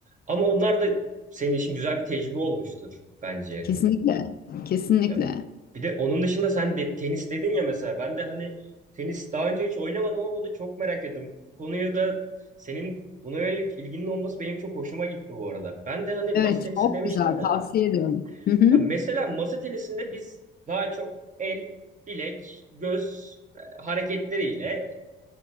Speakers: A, on the right; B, on the left.
A: ama onlar da senin için güzel bir tecrübe olmuştur bence.
B: Kesinlikle. Kesinlikle.
A: Ya bir de onun dışında sen de tenis dedin ya mesela ben de hani tenis daha önce hiç oynamadım ama bunu çok merak ediyorum. Bu konuyu da senin buna yönelik ilginin olması benim çok hoşuma gitti bu arada. Ben de hani masa
B: Evet
A: tenisi
B: çok
A: demiştim
B: güzel
A: ya.
B: tavsiye ediyorum. Hı hı.
A: Ha mesela masa tenisinde biz daha çok el, bilek, göz e, hareketleriyle